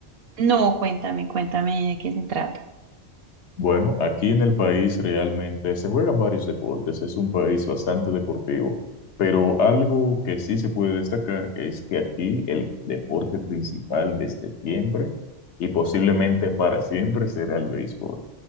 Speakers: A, on the right; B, on the left.
A: No, cuéntame, cuéntame de qué se trata.
B: Bueno, aquí en el país realmente se juegan varios deportes, es un país bastante deportivo, pero algo que sí se puede destacar es que aquí el deporte principal desde siempre y posiblemente para siempre será el béisbol.